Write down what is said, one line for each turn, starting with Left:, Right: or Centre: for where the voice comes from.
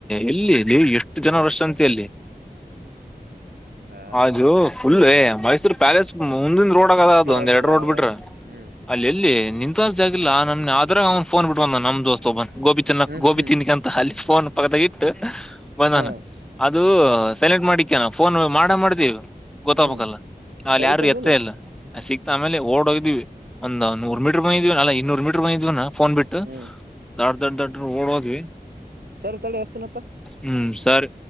Centre: ಎಲ್ಲಿ ಷ್ಟು ಜನರ ಸಂಂತೆಯಲ್ಲಿ
Right: ಹ
Centre: ಹಾಜು ುಲ್ಲ ಮೈಸೂರು ಪ್ಯಾಲೇಸ್ ಮುಂದಿನ ರೋಡ್ ದ ಅದು ಒಂದ್
Right: ಹೌದಲ್ಲ
Centre: ಎರಡು ರೋಡ್
Right: ಅವಾಗ
Centre: ಬಿಟ್ರ
Right: ಹ್ಮ್
Centre: ಅಲ್ಲಿ ಎಲ್ಲಿ ನಿಂತ ಜಾಗಿಲ್ಲ ನಮ್ಮ ಆದ್ರೆ ಅವನು ಫೋನ್ ಬಿಟ್ಬಂದಾನ ನಮ್ಮ ದೋಸ್ತ ಒಬ್ಬ ಗೋಬಿ ತಿನ್ನ
Right: ಹ್ಮ್
Centre: ಗೋಬಿ
Right: ಹ್ಮ್
Centre: ತಿನ್ಕಂತ ಅಲ್ಲಿ ಫೋನ್ ಪಕ್ಕದಗ ಇಟ್ಟು ಬಂದನಾ
Right: ಹಾ
Centre: ಅದು ಸೆಲೆಕ್ಟ್ ಮಾಡಿಕನ ಫೋನ್ ಮಾಡ ಮಾಡ್ತೀವಿ ಗೊತ್ತಬಕ್ಕಲ್ಲ
Right: ಹ್ಮ್
Centre: ಅಲ್ಲಿ
Right: ಕಳಿತೇನಿಲ್ಲ
Centre: ಯಾರು ಎತ್ತೇ ಇಲ್ಲ ಸಿಕ್ತ ಆಮೇಲೆ ಓಡ್ ಹೋಗ್ವಿ ಒಂದಂದುರು ಮೀಟರ್ ಬಂದಿದೀವ ಅಲ್ಲ ಇನ್ನೂರು ಮೀಟರ್ ಬಂದಿದೀವಾ ಫೋನ್ ಬಿಟ್ಟು
Right: ಹ್ಮ್
Centre: ನಾಡ್ ದಡ್ ದಡ್ಡ ಓಡೋದ್ವಿ
Right: ಸರಿ ತಳಿ ಎಸ್ತನತ್ತ
Centre: ಹ್ಮ್ ಸರ್